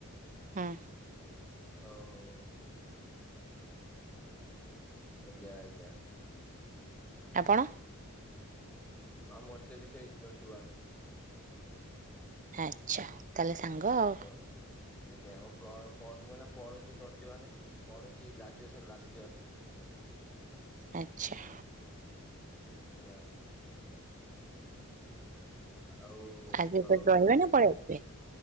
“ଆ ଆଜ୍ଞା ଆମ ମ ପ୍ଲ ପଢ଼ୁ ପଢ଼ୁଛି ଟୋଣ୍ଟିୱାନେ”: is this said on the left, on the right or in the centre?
Centre